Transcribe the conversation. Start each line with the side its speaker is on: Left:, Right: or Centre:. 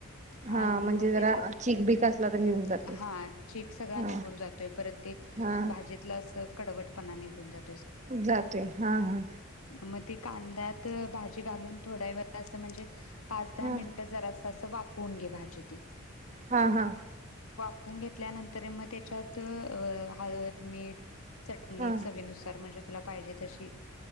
Left: <inaudible>
Right: हा
Left: आणि
Right: म्हणजे
Left: मग
Right: जरा
Left: त्याच्यात
Right: चीक बीक असला तर घेऊन जाते
Left: हा चीक सगळां
Right: हा
Left: निघून जातोय परत ते
Right: हा
Left: भाजीतलं अस कडवट पना निघून जात.
Right: जाते हा हा!
Left: म ती कांद्यात भाजी घालून थोड्या व असं म्हणजे पाच दहा
Right: हा
Left: मिनटं जर असं असं वाक फोन घे भाजे ती.
Right: हा हा
Left: धुन घेतल्यानंतर म त्याच्यात अ हळद मीठ. चटणी
Right: हा
Left: चवीनुसार म्हणजे. तुला पाहिजे तशी.